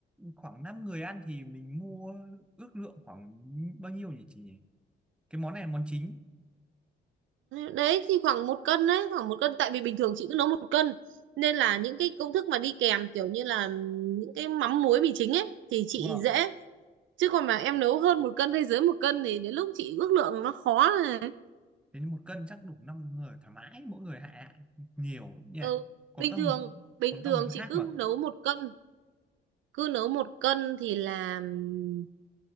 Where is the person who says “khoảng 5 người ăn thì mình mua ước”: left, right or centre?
Centre